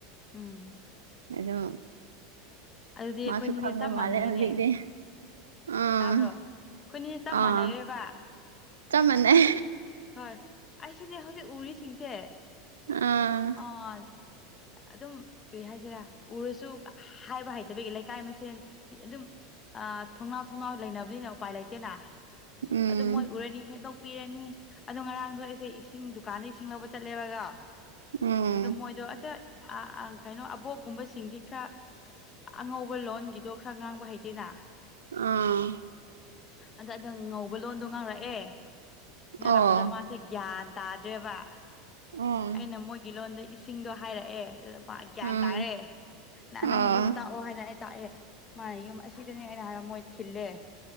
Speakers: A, on the left; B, on the right.
A: ꯎꯝ
B: ꯑꯗꯣ
A: ꯑꯗꯨꯗꯤ ꯑꯩꯈꯣꯏꯅꯤꯁꯦ
B: ꯃꯥꯁꯨ ꯈꯪꯕ
A: ꯆꯞ ꯃꯥꯟꯅꯩꯅꯦ
B: ꯃꯥꯜꯂꯦ ꯍꯧꯖꯤꯛꯇꯤ ꯑꯥ
A: ꯇꯥꯕ꯭ꯔꯣ ꯑꯩꯈꯣꯏꯅꯤꯁꯦ ꯆꯞ
B: ꯑꯥ
A: ꯃꯥꯟꯅꯔꯦꯕ
B: ꯆꯞ ꯃꯥꯟꯅꯩ
A: ꯍꯣꯏ ꯑꯩꯁꯨꯅꯦ ꯍꯧꯖꯤꯛ ꯎꯔꯤꯁꯤꯡꯁꯦ
B: ꯑꯥ
A: ꯑꯥ ꯑꯗꯨꯝ ꯀꯔꯤ ꯍꯥꯏꯁꯤꯔꯦ ꯎꯔꯁꯨ ꯍꯥꯏꯕ ꯍꯩꯇꯕꯒꯤ ꯂꯩꯀꯥꯏ ꯃꯁꯦꯟ ꯑꯗꯨꯝ ꯊꯣꯡꯅꯥꯎ ꯊꯣꯡꯅꯥꯎ ꯂꯩꯅꯕꯅꯤꯅꯦ ꯎꯄꯥꯏ ꯂꯩꯇꯦꯅ
B: ꯎꯝ
A: ꯑꯗꯨ ꯃꯣꯏ ꯎꯔꯅꯤ ꯍꯦꯟꯗꯣꯛꯄꯤꯔꯅꯤ ꯑꯗꯣ ꯉꯔꯥꯡꯁꯨ ꯑꯩꯁꯦ ꯏꯁꯤꯡ ꯗꯨꯀꯥꯟꯗ ꯏꯁꯤꯡ ꯂꯧꯕ ꯆꯠꯂꯦꯕꯀ
B: ꯎꯝ
A: ꯑꯗꯣ ꯃꯣꯏꯗꯣ ꯑꯇ ꯑ ꯀꯩꯅꯣ ꯑꯕꯣꯛꯀꯨꯝꯕꯁꯤꯡꯗꯤ ꯈꯔ ꯑꯉꯧꯕ ꯂꯣꯟꯒꯤ ꯗꯣꯛ ꯈꯔ ꯉꯥꯡꯕ ꯍꯩꯇꯦꯅ
B: ꯑꯥꯝ
A: ꯑꯗ ꯑꯗ ꯉꯧꯕ ꯂꯣꯟꯗꯣ ꯉꯥꯡꯔꯛꯑꯦ ꯏꯉꯥꯡ
B: ꯑꯣ
A: ꯂꯥꯛꯄꯗ ꯃꯥꯁꯦ ꯒ꯭ꯌꯥꯟ ꯇꯥꯗ꯭ꯔꯦꯕ
B: ꯑꯣ
A: ꯑꯩꯅ ꯃꯣꯏꯒꯤ ꯂꯣꯟꯗ ꯁꯤꯡꯗꯣ ꯍꯥꯏꯔꯛꯑꯦ ꯑꯗꯨ ꯃꯥ ꯒ꯭ꯌꯥꯟ
B: ꯎꯝ
A: ꯇꯥꯔꯦ ꯅ
B: ꯑꯥ
A: ꯅꯪ ꯌꯨꯝ ꯇꯥꯛꯑꯣ ꯍꯥꯏꯅ ꯑꯩ ꯇꯥꯛꯑꯦ ꯃꯥꯅ ꯌꯨꯝ ꯑꯁꯤꯗꯅꯦ ꯑꯩꯅ ꯍꯥꯏꯕ ꯃꯣꯏ ꯊꯤꯜꯂꯦ꯫